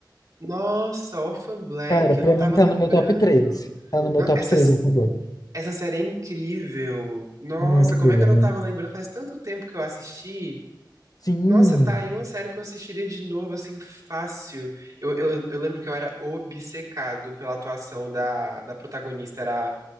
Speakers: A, on the right; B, on the left.
A: Nossa, Orphan Black,
B: Cara, pra
A: eu não tava
B: mim tá
A: lembrando.
B: no meu top 3, Tá no meu
A: No-
B: top
A: Essa,
B: 3 Orphan Black.
A: essa série é incrível. Nossa,
B: É muito
A: como
B: boa,
A: é que eu não tava
B: né?
A: lembrando? Faz tanto tempo que eu assisti.
B: Sim,
A: Nossa, tá aí uma série que eu assistiria de novo, assim, fácil. Eu, eu, eu lembro que eu era obcecado pela atuação da, da protagonista, era